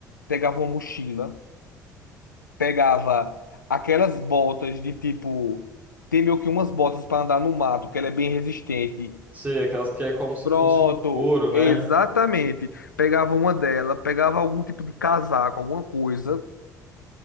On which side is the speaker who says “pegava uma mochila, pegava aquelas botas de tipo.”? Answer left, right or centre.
Left